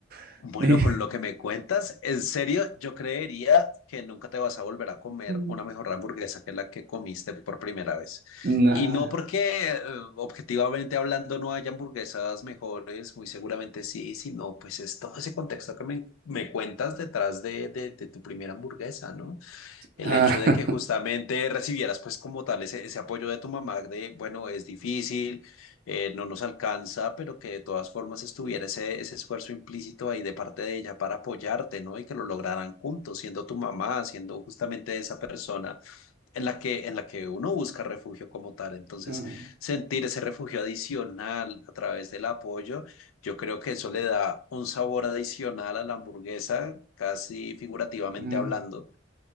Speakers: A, on the right (about 45°); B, on the left (about 90°).
A: <laughs>
B: Bueno,
A: Y-
B: con lo que me cuentas, en serio, yo creería que nunca te vas a volver a comer
A: <laughs>
B: una mejor hamburguesa que la que comiste por primera vez.
A: Nah.
B: Y no porque, eh, objetivamente hablando, no haya hamburguesas mejores, muy seguramente sí, sino pues es todo ese contexto que me, me cuentas detrás de, de de tu primera hamburguesa, ¿no? El
A: Ah,
B: hecho de que justamente recibieras pues como tal ese, ese apoyo de tu mamá de, bueno, es difícil, eh, no nos alcanza, pero que de todas formas estuviera ese, ese esfuerzo implícito ahí de parte de ella para apoyarte, ¿no? Y que lo lograran juntos, siendo tu mamá, siendo justamente esa persona en la que, en la que uno busca refugio como tal. Entonces,
A: <laughs> no,
B: sentir ese refugio adicional a través del apoyo, yo creo que eso le da un sabor adicional a la hamburguesa, casi figurativamente
A: no.
B: hablando